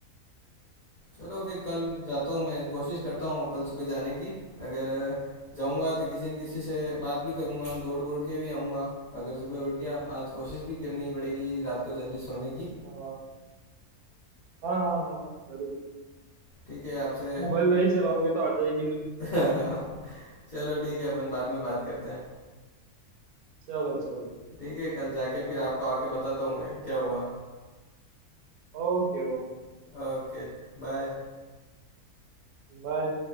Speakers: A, on the left; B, on the right.
A: चलो फिर कल जाता हूँ मैं कोशिश करता हूँ कल सुबह जाने की अगर अ, जाऊँगा तो किसी न किसी से बात भी करूँगा दौड़ वोड़ के भी आऊँगा अगर सुबह उठ गया आज कोशिश भी करनी पड़ेगी रात को जल्दी सोने की
B: हाँ हाँ हाँ हाँ हाँ जरूर
A: ठीक है आपसे
B: मोबाइल नहीं चलाओगे तो आ जाएगी नहीं
A: <laughs> चलो ठीक है अपन बाद में बात करते हैं
B: <laughs> चलो चलो
A: ठीक है कल जाके फिर आपको आके बताता हूँ मैं क्या हुआ
B: Okay okay
A: ओके बाय
B: बाय